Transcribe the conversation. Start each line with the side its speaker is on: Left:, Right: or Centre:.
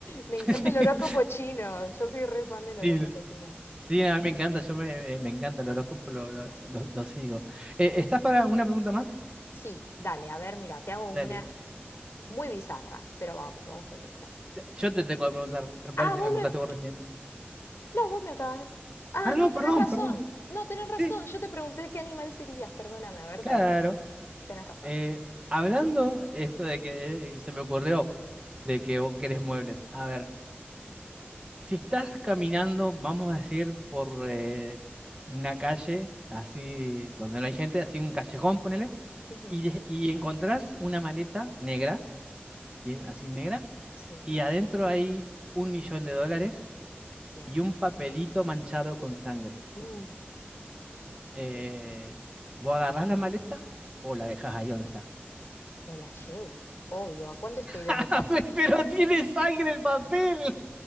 Left: Me
Right: <laughs>
Left: encanta el horóscopo chino. Yo soy re fan del horóscopo
Right: sí, no,
Left: chino.
Right: sí, a mí me encanta, yo me, me- me encanta el horóscopo, lo, lo, lo- lo sigo. Eh, ¿estás para una pregunta más?
Left: Sí, dale, a ver, mira, te hago
Right: Dale.
Left: una muy bizarra, pero vamos, vamos con esta.
Right: Yo te tengo que preguntar, me
Left: Ah,
Right: parece que
Left: vos
Right: me preguntaste
Left: me...
Right: vos recién.
Left: No, vos me acabas... Ah,
Right: Ah, no,
Left: no, tenés
Right: perdón,
Left: razón.
Right: perdón.
Left: No, tenés razón.
Right: Sí,
Left: Yo te pregunté qué animal serías, perdóname. A ver,
Right: claro.
Left: dale, sigue. Tenés razón.
Right: Eh, hablando esto de que eh, se me ocurrió de que vos querés muebles. A ver, si estás caminando, vamos a decir, por eh, una calle, así donde no hay gente, así un callejón, ponele,
Left: Ujú,
Right: y, de- y encontrás una maleta negra, bien, así negra,
Left: Sí,
Right: y adentro hay un millón de dólares
Left: bien.
Right: y un papelito manchado con sangre.
Left: Uh,
Right: eh,
Left: ok.
Right: ¿vos agarrás la maleta o la dejás ahí donde está?
Left: Me la llevo. Obvio, ¿a cuánto estoy de
Right: <laughs>
Left: mi casa?
Right: Pero tiene sangre el papel.